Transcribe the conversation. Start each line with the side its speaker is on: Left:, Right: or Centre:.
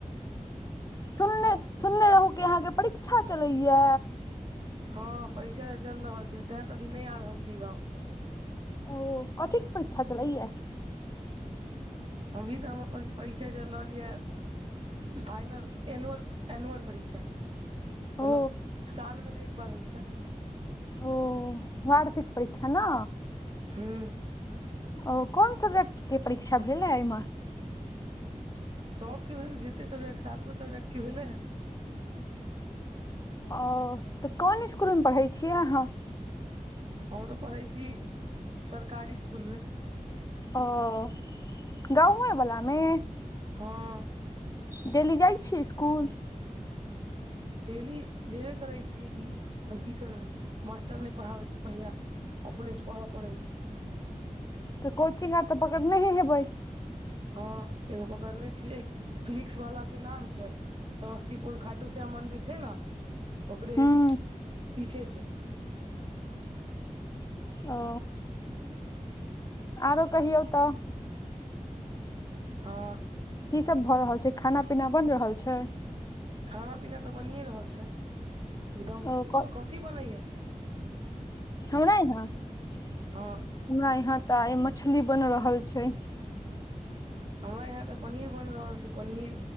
Left: सुनने सुनने रहूँ कि अहाँके परीक्षा चलैया
Right: हँ परीक्षा तऽ चलि रहल छै तें तऽ अभी नहि आ रहल छी गाँव
Left: ओ कथीकेँ परीक्षा चलैय
Right: अभी तऽ हम अपन परीक्षा चलि रहल या फाइनल एनुअल एनुअल परीक्षा मतलब
Left: ओ
Right: सालमे जे एक बार होइ छै
Left: ओ वार्षिक परीक्षा ने
Right: हूँ
Left: ओ कोन सब्जेक्टके परीक्षा भेलए एहिमे
Right: सबके जते सबजेकट सात गो सब्जेकट के भेले हें
Left: ओ तऽ कोन इसकुलमे पढ़ै छियै अहाँ
Right: हम तऽ पढ़ै छी सरकारी इसकुलमे
Left: ओ गाँवै बलामे
Right: हँ
Left: डेली जाइ छिए स्कुल
Right: डेली जेवे करय छीए की आओर की करबै मास्टर नहि पढ़ाबै छै बढ़िआँ अपनेसँ पढ़य पड़ै छै
Left: तऽ कोचिंग आर तऽ पकड़ने हे हेबै
Right: हँ एगो पकड़ने छियै फिजिक्स वाला से नाम छै समस्तीपुर खाटू श्याम मन्दिर छै नऽ ओकरे
Left: हूँ
Right: पीछे छै
Left: ओ आरो कहियौ तऽ
Right: हँ
Left: की सब भऽ रहल छै खाना पीना बनि रहल छै
Right: खाना पीना तऽ बनिए रहल छै एकदम
Left: ओ क
Right: कथी बनैए
Left: हमरा यहाँ हमरा
Right: हँ
Left: यहाँ तऽ आइ मछली बनि रहल छै <inaudible>
Right: हमरा यहाँ तऽ पनीर बनि रहल छै पनीर